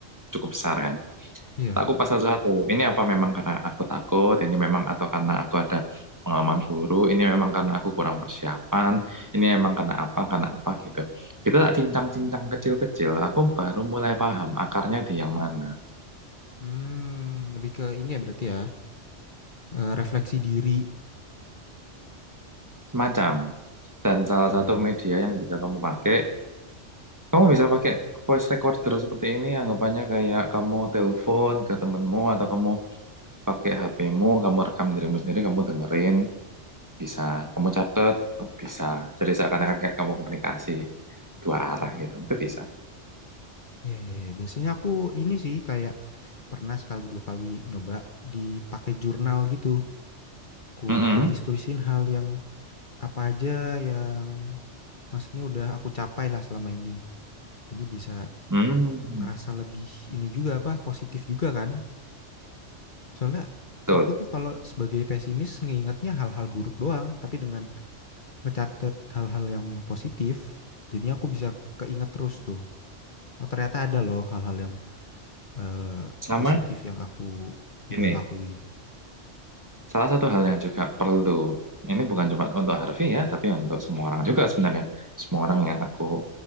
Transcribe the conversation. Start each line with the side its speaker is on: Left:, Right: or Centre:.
Right: cukup besar kan.
Left: Iya.
Right: tak kupas satu-satu. Ini apa memang karena aku takut, ini memang atau karena aku ada pengalaman buruk, ini memang karena aku kurang persiapan, ini memang karena apa, karena apa gitu. Kita tak cincang-cincang kecil-kecil, aku baru mulai paham akarnya di yang mana.
Left: Hmm, lebih ke ini ya berarti ya. eh, refleksi diri.
Right: Macam. Dan salah
Left: Iya
Right: satu
Left: iya. iya.
Right: media yang bisa kamu pakai, kamu bisa pakai voice recorder seperti ini, anggapannya kayak kamu telepon ke temenmu atau kamu pakai HP-mu, kamu rekam dirimu sendiri, kamu dengerin. bisa kamu catat kamu bisa jadi seakan-akan kayak kamu komunikasi dua arah
Left: Hmm.
Right: gitu itu bisa
Left: Iya iya iya. Biasanya aku ini sih kayak pernah sekali dua kali nyoba dipakai jurnal gitu. Aku
Right: Mm-mm.
Left: tulis-tulisin hal yang apa aja yang maksudnya udah aku capai lah selama ini. Jadi bisa
Right: Hmm,
Left: ngerasa lebih ini juga apa positif juga kan. Soalnya
Right: betul
Left: aku tuh kalau sebagai pesimis ngeingetnya hal-hal buruk doang, tapi dengan ngecatet hal-hal yang positif, jadi aku bisa keinget terus tuh. Oh ternyata ada loh hal-hal yang eh,
Right: sama
Left: positif yang aku udah
Right: ini
Left: lakuin.
Right: salah satu hal yang juga perlu ini bukan cuma untuk Harvey ya tapi untuk semua orang juga sebenarnya semua orang yang aku